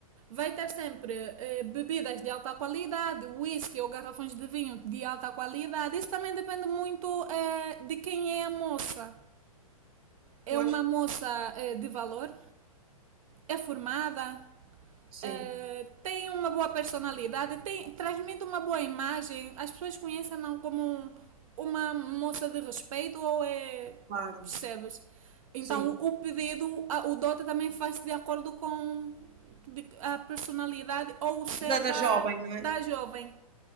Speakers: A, on the right; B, on the right.
A: Vai ter sempre eh, bebidas de alta qualidade, whisky ou garrafões de vinho de alta qualidade. Isso também depende muito eh, de quem é a moça. É
B: Pois,
A: uma moça eh, de valor? é formada,
B: sim,
A: eh, tem uma boa personalidade, tem, transmite uma boa imagem, as pessoas conhecem-na como um, uma moça de respeito ou é.
B: claro,
A: percebes? Então
B: sim.
A: o pedido, o dote também faz de acordo com a personalidade ou o ser
B: Da, da
A: da,
B: jovem, não
A: da
B: é?
A: jovem.